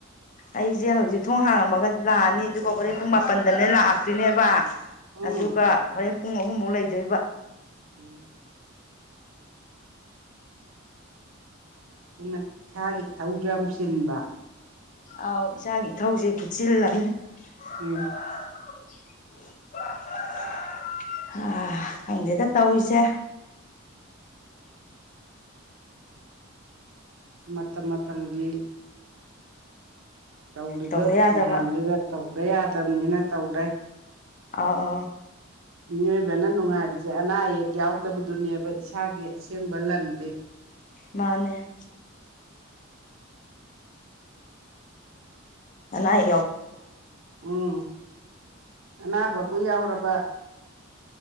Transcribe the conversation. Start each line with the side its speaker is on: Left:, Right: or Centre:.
Left: ꯑꯩꯁꯦ ꯍꯧꯖꯤꯛ ꯊꯣꯡ ꯍꯥꯡꯉꯝꯃꯒ ꯂꯥꯛꯑꯅꯤ ꯑꯗꯨꯒ ꯍꯣꯔꯦꯟ ꯄꯨꯡ ꯃꯥꯄꯟꯗꯅꯦ ꯂꯥꯛꯇꯣꯏꯅꯦꯕ
Right: ꯎꯝ
Left: ꯑꯗꯨꯒ ꯍꯣꯔꯦꯟ ꯄꯨꯡ ꯑꯍꯨꯝꯃꯨꯛ ꯂꯩꯗꯣꯏꯕ
Right: ꯎꯝ ꯑꯗꯨꯅ ꯏꯁꯥꯒꯤ ꯏꯊꯧꯁꯨ ꯌꯥꯝ ꯆꯤꯟꯕ
Left: ꯑꯥꯎ ꯏꯆꯥꯒꯤ ꯏꯊꯧꯁꯤꯦ ꯈꯨꯠꯆꯤꯜꯂꯝꯅꯤ
Right: ꯎꯝ
Left: <inaudible> ꯑ ꯈꯪꯗꯦꯗ ꯇꯧꯔꯤꯁꯦ
Right: ꯃꯇꯝ ꯃꯇꯝꯒꯤ ꯇꯧꯔꯤꯕ
Left: ꯇꯧꯗ ꯌꯥꯗꯕ
Right: ꯃꯌꯥꯝꯗꯨꯗ ꯇꯧꯗ ꯌꯥꯗꯕꯅꯤꯅ ꯇꯧꯔꯦ
Left: ꯑꯥ
Right: ꯃꯤꯑꯣꯏꯕꯅ ꯅꯨꯡꯉꯥꯏꯔꯤꯁꯦ ꯑꯅꯥ ꯑꯌꯦꯛ ꯌꯥꯎꯗꯕꯗꯨꯅꯦꯕ ꯏꯁꯥꯒꯤ ꯑꯁꯦꯡꯕ ꯂꯟꯗꯤ
Left: ꯃꯥꯅꯦ <inaudible> ꯅꯥꯏ
Right: ꯎꯝ ꯑꯅꯥꯕꯕꯨ ꯌꯥꯎꯔꯕ